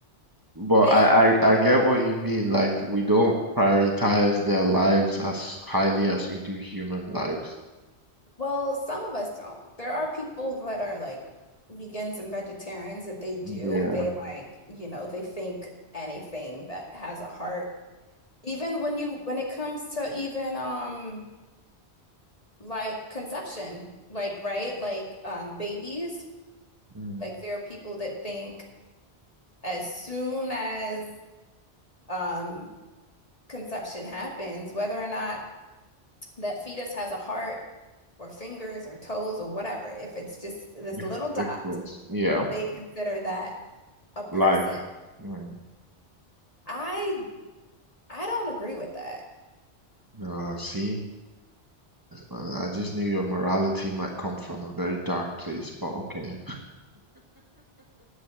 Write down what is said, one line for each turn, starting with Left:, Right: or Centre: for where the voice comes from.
Right: But
Left: They,
Right: I, I I get what you mean. Like we don't prioritize their lives as highly as we do human lives.
Left: well, some of us don't. There are people that are like vegans and vegetarians that they do.
Right: Yeah.
Left: They like, you know, they think anything that has a heart. Even when you, when it comes to even um like conception, like right, like um babies,
Right: Mm,
Left: like there are people that think as soon as um conception happens, whether or not that fetus has a heart or fingers or toes or whatever, if it's just this
Right: if
Left: little dot,
Right: if this, yeah,
Left: they consider that a person.
Right: life. Mm.
Left: I I don't agree with that.
Right: Uh, see, uh, I just knew your morality might come from a very dark place, but okay.